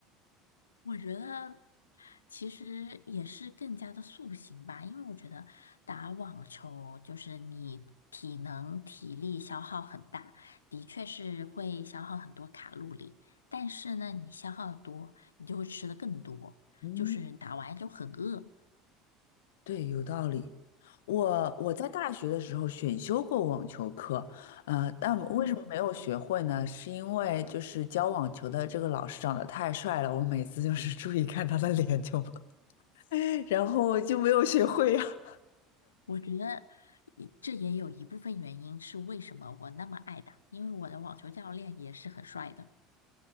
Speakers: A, on the left; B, on the left.
A: 我觉得其实也是更加的塑形吧，因为我觉得打网球就是你体能体力消耗很大，的确是会消耗很多卡路里，但是呢，你消耗得多，你就会吃的更多，
B: 嗯，
A: 就是打完就很饿。
B: 对，有道理。我我在大学的时候选修过网球课，呃，但我为什么没有学会呢？
A: 嗯
B: 是因为就是教网球的这个老师长得太帅了，我每次就是 <laughs> 注意看他的脸就，<laughs> 然后就没有学会呀、
A: 我觉得一这也有一部分原因是为什么我那么爱打，因为我的网球教练也是很帅的。